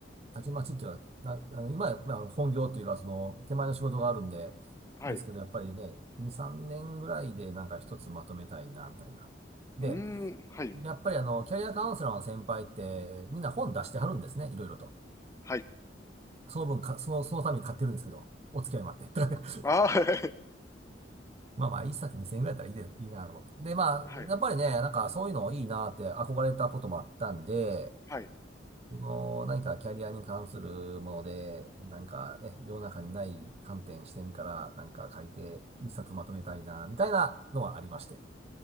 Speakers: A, on the right (about 35°); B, on the left (about 15°).
A: たちまちっていうのは、な、あの今はまあ本業というか、その、手前の仕事があるんで、
B: はい。
A: ですけど、
B: う
A: やっぱりね、2、3年ぐらいでなんか一つまとめたいな、みたいな。で、
B: ーん、はい、
A: やっぱりあの、キャリアカウンセラーの先輩って、みんな本出してはるんですね、いろいろと。
B: はい。
A: その分か、その、そのために買ってるんですけど、お付き合いもあって。<laughs>
B: あはい、
A: まあまあ、一冊2000円ぐらいだったらいいで、いいなと思って。で、まあ、
B: <laughs> はい、
A: やっぱりね、なんかそういうのいいなって憧れたこともあったんで、
B: はい。
A: その、何かキャリアに関するもので、なんかね、世の中にない観点、視点から、なんか書いて、一冊まとめたいな、みたいなのはありまして。